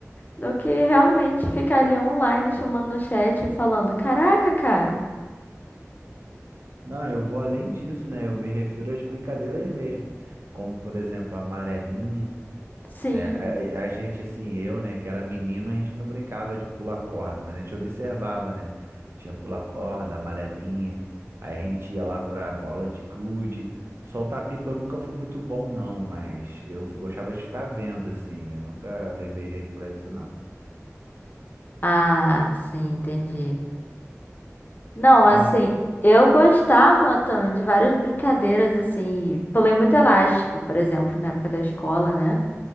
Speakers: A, on the left; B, on the right.
A: do que realmente ficar ali online chamando no chat e falando: Caraca, cara,
B: Não, eu vou além disso, né? Eu me refiro às brincadeiras mesmo, como, por exemplo, a amarelinha.
A: sim.
B: né? A, a gente, assim, eu, né, que era menino, a gente não brincava de pular corda, mas a gente observava, né? Tinha pular corda, amarelinha, aí a gente ia lá pra bola de gude. Soltar pipa eu nunca fui muito bom, não, mas eu fi- gostava de ficar vendo, assim, eu nunca levei jeito pra isso, não.
A: Ah, sim, entendi. Não,
B: Mas,
A: assim, eu gostava também de várias brincadeiras, assim, pulei muito elástico, por exemplo, na época da escola, né?